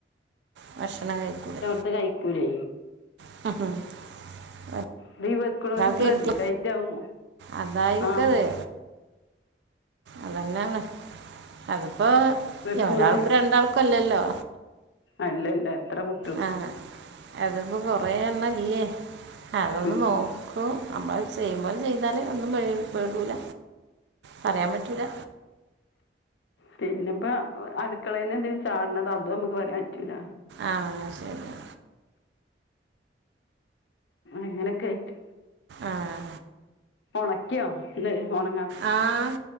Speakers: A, on the right (about 75°); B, on the left (about 80°).
A: ഭക്ഷണം കഴിക്കൂലാ
B: <unintelligible> കയ്ക്കൂല്ലേ
A: <unintelligible>
B: അതീ വെക്കണോര്
A: ഒരാൾക്ക്
B: ശ്രദ്ധിക്കായിറ്റാവും
A: കിട്ടി അതായിരിക്കും
B: ആഹ്
A: അത് അതന്നെയാണ് അതിപ്പോ
B: വെക്കണവര്
A: ഈ ഒരാൾക്കും രണ്ടാൾക്കും അല്ലല്ലോ
B: അല്ല അല്ല എത്ര കുട്ട്
A: ആഹ് അതിപ്പോ കൊറെേ എണ്ണം ഇല്ലേ അതൊന്ന്
B: ഉം,
A: നോ
B: ഉം.
A: അപ്പോ നമ്മള് ചെയ്യുമ്പോലെ ചെയ്താല് ഒന്നും <unintelligible> പെടൂല പറയാൻ പറ്റൂല
B: പിന്നെപ്പ അടുക്കളയിന്ന് എന്തേലും ചാടണതോ അതും നമ്മക്ക് പറയാൻ പറ്റൂല്ല
A: ആഹ് അത് ശരിയാ
B: അങ്ങനൊക്കെ ആയിറ്റ്
A: ആഹ്
B: ഒണക്കിയോ ച്ച് കഴ് ഒണക്ക്
A: ആഹ്